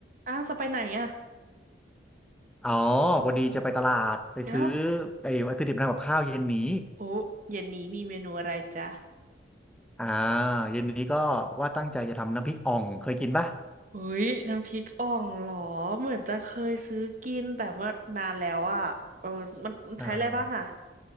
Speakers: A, on the right; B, in the centre.
A: อ้าวจะไปไหนอ่ะ
B: อ๋อพอดีจะไปตลาดไปซื้อ
A: อ้าว
B: ไอ้วัตถุดิบทำกับข้าวเย็นนี้
A: โอ้เย็นนี้มีเมนูอะไรจ๊ะ
B: อ่าเย็นนี้ก็ว่าตั้งใจจะทำน้ำพริกอ่องเคยกินปะ
A: อุ้ย น้ำพริกอ่องเหรอ เหมือนจะเคยซื้อกินแต่ว่านานแล้วอ่ะเออมันมันใช้อะไรบ้างอ่ะ
B: อ่า